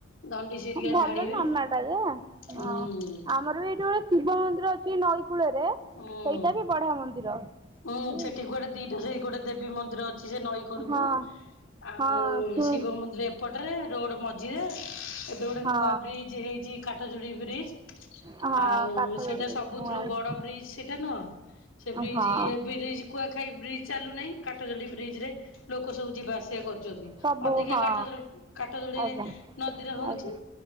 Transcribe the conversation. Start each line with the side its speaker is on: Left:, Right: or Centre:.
Left: ଦଣ୍ଡିସି ହେରିକା
Right: ହଁ ଭଲ
Left: ଝାଡ଼ିବେ
Right: ନନାଟା ଯେ ହଁ
Left: ହୁଁ
Right: ଆମର ବି ଏଈଠି ଗୋ ଶିବ ମନ୍ଦିର ଅଛି ନଈ କୂଳରେ ସେଇଟା
Left: ହୁଁ
Right: ବି ବଢିଆ ମନ୍ଦିର।
Left: ହୁଁ
Right: ହଁ
Left: ସେଠି କୁଆଡେ ଦିଇଟା ସେଇ ଗୋଟେ ଦେବୀ ମନ୍ଦିର ଅଛି ସେ ନଈ କରକୁ।
Right: ହଁ
Left: ଆଉ
Right: ଶୁ
Left: ଶିବ ମନ୍ଦିର ଏପଟରେ ରୋଡ ମଝିରେ ଏବେ ଗୋଟେ
Right: ହଁ
Left: ନୂଆ ବ୍ରି ଜ୍ ହେଇଚି କାଠ ଯୋଡି ବ୍ରିଜ୍।
Right: ହଁ
Left: ଆଉ
Right: କାଠ
Left: ସେଇଟା
Right: ଯୋଡି
Left: ସବୁଥୁରୁ
Right: ମୁଁ ଆଇଛି
Left: ବଡ ବ୍ରିଜ ସେଇଟା ନୁହଁ ସେ ବ୍ରି
Right: ହଁ
Left: ଜ୍ କୁଆଖାଇ ବ୍ରିଜ ଚାଲୁନାହିଁ କାଠଜୋଡି ବ୍ରିଜରେ ଲୋକ ସବୁ ଯିବା ଆସିବା କରୁଚନ୍ତି।
Right: ସବୁ
Left: ଅଧିକା
Right: ହଁ
Left: କାଠଯୋଡି କାଠଯୋଡିରେ
Right: ଆଜ୍ଞା
Left: ନଦୀରେ ହୋଉଚି।
Right: ଆଜ୍ଞା